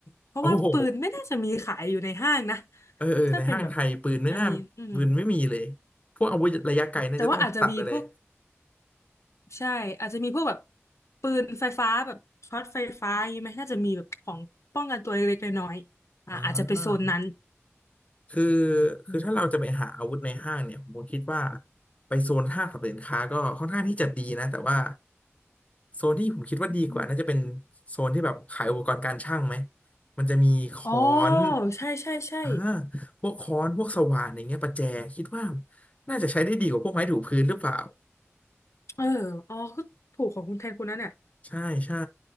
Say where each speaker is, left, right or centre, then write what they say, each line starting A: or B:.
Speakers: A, on the left (about 80°); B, on the left (about 30°).
A: เพราะว่าปืนไม่น่าจะมีขายอยู่ในห้างนะ
B: โอ้โหเออเออในห้างไทยปืนไม่น่าปืนไม่มีเลย
A: ถ้าเป็นแบบอันนี้อืม
B: พวกอาวุธระยะไกลน่าจะต้องตัดไปเลย
A: อ่ะแต่ว่าอาจจะมีพวก ใช่อาจจะมีพวกแบบปืนไฟฟ้าแบบช็อตไฟฟ้าอย่างงี้ไหมน่าจะมีแบบของป้องกันตัวเล็กๆน้อยๆอ่าอาจจะไปโซนนั้น
B: อ่า คือคือถ้าเราจะไปหาอาวุธในห้างเนี่ยผมคิดว่า
A: อืม
B: ไปโซนห้างสรรพสินค้าก็ค่อนข้างที่จะดีนะแต่ว่าโซนที่ผมคิดว่าดีกว่าน่าจะเป็น
A: อืม
B: โซนที่แบบขายอุปกรณ์การช่างไหมมันจะมีค้อน
A: อ๋อใช่ใช่ใช่
B: อ่าพวกค้อนพวกสว่านอย่างเงี้ยประแจคิดว่าน่าจะใช้ได้ดีกว่าพวกไม้ถูพื้นหรือเปล่า
A: เอออ๋อก็ถูกของคุณแทนคุณนั่นเนี่ย
B: ใช่ใช่